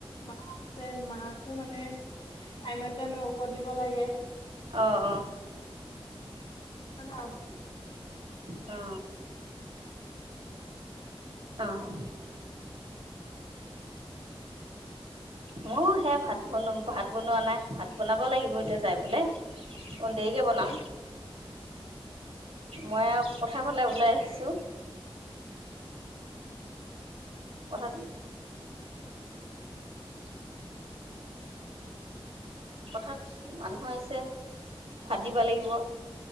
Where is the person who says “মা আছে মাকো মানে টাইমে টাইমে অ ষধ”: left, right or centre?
Left